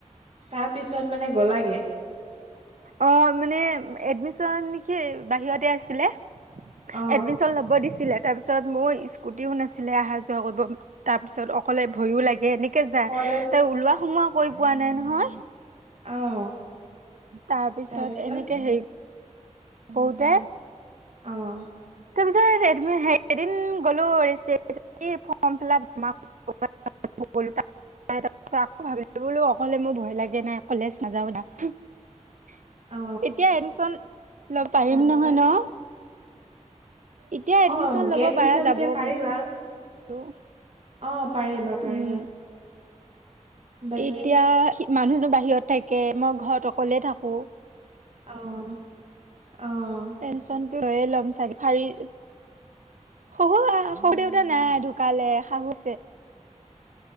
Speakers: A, on the right; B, on the right.
A: তাৰ পিছত মানে গ'লাগে?
B: অ', মানে এডমিশন সি বাহিৰতে আছিলে
A: অ
B: এডমিশচন ল'ব দিছিলে। তাৰ পিছত মোৰ স্কুটি নাছিলে, অহা-যোৱা কৰিব। তাৰ পিছত অকলে ভয়ো লাগে এনে যা এ
A: কলেজ
B: ওলোৱা সোমোৱা কৰি পোৱা নাই নহয়
A: অ',
B: তাৰ পিছত
A: তাৰপিছত
B: এনেকে হেৰি কতে
A: অ',
B: তাৰপিছত হ এদিন গ'লোঁ ৰেজিষ্ট্ৰ ফৰ্ম ফিলপ জ <unintelligible> তিছ আকৌ ভাবিলো বোলো অকলে মোৰ ভয় লাগে নাই কলেজ নাযাও না এতিয়া
A: অ
B: এডমিচন লব পাৰিম
A: তাৰপিছত
B: নহয় ন- এতিয়া এডমিশন
A: অ
B: লব
A: গেপ
B: পাৰা
A: দিছা
B: যাব
A: যেতিয়া পাৰিবা
B: বোলো
A: অ', পাৰিবা পাৰিবা
B: উম
A: বাকী
B: এতিয়া মানুহযোৰ বাহিৰত থাকে মই ঘৰত অকলে থাকোঁ
A: অহ অহ
B: টেনচনটো হৈয়ে ল'ম চাগে ফাৰী শহু সৰু দেউতা নাই ঢুকালে শাহুছে